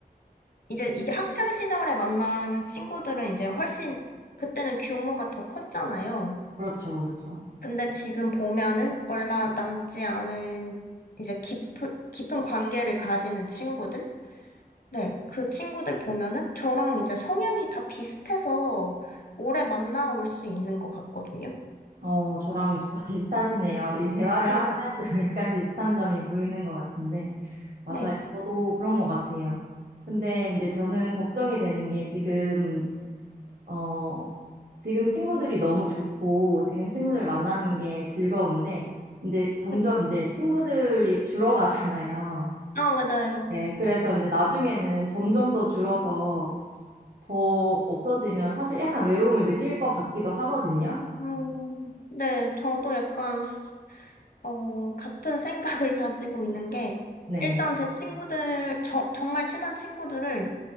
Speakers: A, on the left (about 70°); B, on the right (about 65°).
A: 이제, 이제 학창 시절에 만난 친구들은 이제 훨씬, 그때는 규모가 더 컸잖아요.
B: 그렇죠, 그렇죠.
A: 근데 지금 보면은 얼마 남지 않은 이제 깊은, 깊은 관계를 가지는 친구들? 네, 그 친구들 보면은 저랑 이제 성향이 다 비슷해서 오래 만나올 수 있는 것 같거든요.
B: 어, 저랑 진짜 <laughs> 비슷하시네요. 이 대화를
A: 네,
B: 하면 할수록 약간 비슷한 점이 보이는 것 같은데. 맞아요.
A: 네.
B: 저도 그런 것 같아요. 근데 이제 저는 걱정이 되는 게 지금, 어, 지금 친구들이 너무 좋고, 지금 친구들 만나는 게 즐거운데, 이제 점점
A: 그-
B: 이제 친구들이 줄어가잖아요.
A: 아, 맞아요.
B: 네, 그래서 이제 나중에는 점점 더 줄어서 더 없어지면 사실 약간 외로움을 느낄 것 같기도 하거든요.
A: 음, 네, 저도 약간 어, 같은 생각을 <laughs> 가지고 있는 게,
B: 네네,
A: 일단 제 친구들, 저- 정말 친한 친구들을